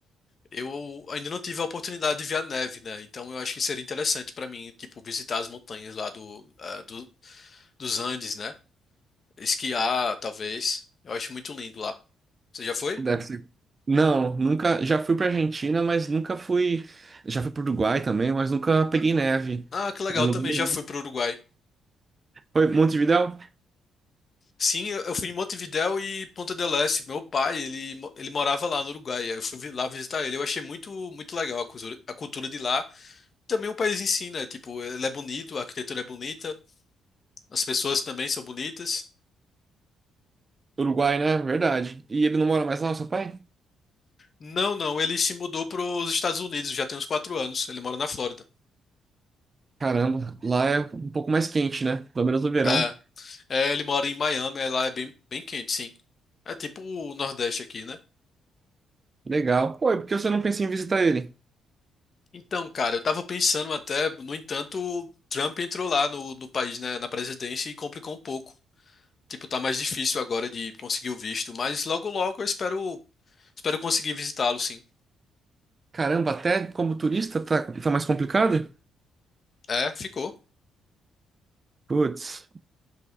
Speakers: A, on the left; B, on the right.
A: eu ainda não tive a oportunidade de ver a neve, né? Então eu acho que seria interessante para mim, tipo, visitar as montanhas lá do, ah, do- dos Andes, né? Esquiar, talvez. Eu acho muito lindo lá. Você já foi?
B: Deve ser. Não, nunca. Já fui para Argentina, mas nunca fui. Já fui para Uruguai também, mas nunca peguei
A: Ah,
B: neve
A: ah, que legal,
B: em
A: eu
B: lugar
A: também
B: nenhum.
A: já fui para o Uruguai.
B: Foi Montevidéu?
A: Sim, eu eu fui em Montevidéu e Ponta del Este. Meu pai, ele, mo- ele morava lá no Uruguai. Aí Eu fui vi- lá visitar ele. Eu achei muito, muito legal a cultura, a cultura de lá. Também o país ensina, tipo, ele é bonito, a arquitetura é bonita, as pessoas também são bonitas.
B: Uruguai, né? Verdade. E ele não mora mais lá, o seu pai?
A: Não, não, ele se mudou para os Estados Unidos, já tem uns quatro anos, ele mora na Flórida.
B: Caramba, lá é um pouco mais quente, né? Pelo menos no verão.
A: É, é, ele mora em Miami, aí lá é bem, bem quente, sim. É tipo o Nordeste aqui, né?
B: Legal. Pô, e por que você não pensa em visitar ele?
A: Então, cara, eu tava pensando até, no entanto, Trump entrou lá no, no país, né, na presidência e complicou um pouco. Tipo, tá mais difícil agora de conseguir o visto, mas logo logo eu espero, espero conseguir visitá-lo, sim.
B: Caramba, até como turista tá, tá mais complicado?
A: É, ficou.
B: Putz.